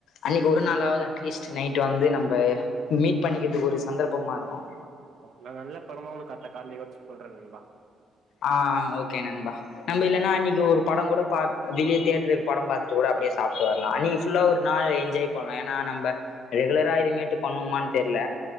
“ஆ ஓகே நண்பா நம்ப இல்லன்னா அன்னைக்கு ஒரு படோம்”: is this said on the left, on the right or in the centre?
Left